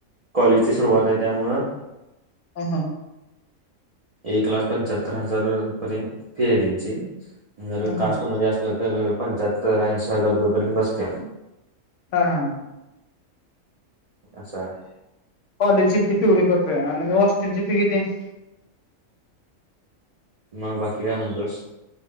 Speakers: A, on the right; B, on the left.
A: कॉलेजची सुरुवात आहे त्यामुळं
B: हम्म हम्म.
A: एक लाख पंच्याहत्तर हजार पर्यंत फी आहे त्यांची, जर
B: हा
A: कास्टमध्ये अस तर पंच्याहत्तर ऐंशी हजार रुपये पर्यंत बसत
B: हा हा.
A: अस आहे.
B: कॉलेजची फी तेवढी बसतेय आणि हॉस्टेल ची फी किती आहे?
A: मग बाकी काय म्हणतोस?